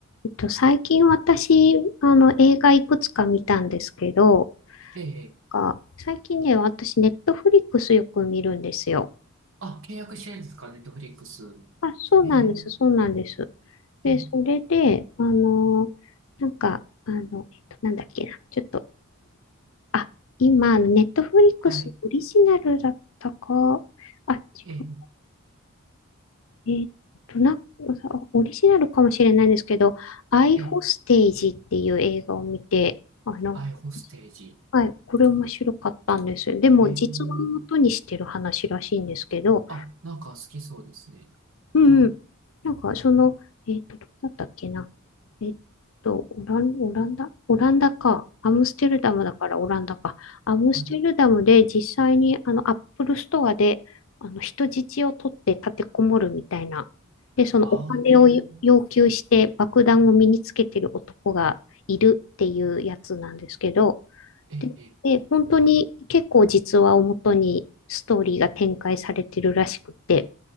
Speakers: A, on the left; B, on the right.
A: えっと、最近私、あの、映画いくつか見たんですけど、
B: ええ。
A: なんか最近ね、私、ネットフリックスよく見るんですよ。
B: あ、契約してるんですか、ネットフリックス。
A: あ、そうなんです、
B: ええ、
A: そうなんです。で、
B: ええ、
A: それで、あのなんか、あの、えっと、なんだっけな、ちょっと、あ、今、ネットフリックスオリジナルだったか、
B: はい。
A: あ、違う、
B: ええ、
A: えっと、な、オリジナルかもしれないんですけど、アイホステージっていう映画を見て、
B: ええ、
A: あ、なん
B: アイホステージ。
A: はい、これ面白かったんです。でも、
B: ええ、
A: 実話をもとにしてる話らしいんですけど、
B: あ、なんか好きそうですね。
A: うんうん。
B: はい、
A: なんか、その、えっと、どこだったっけな。えっと、オラン、オランダオランダか。アムステルダムだからオランダか。アムステルダムで実際に、
B: はい。
A: あの、アップルストアで、あの、人質を取って立てこもるみたいな。で、そのお金を要要求して爆弾を身につけてる男がいるっていうやつなんですけど、
B: あ、ええ、ええ、
A: で、で本当に結構実話をもとにストーリーが展開されてるらしくて、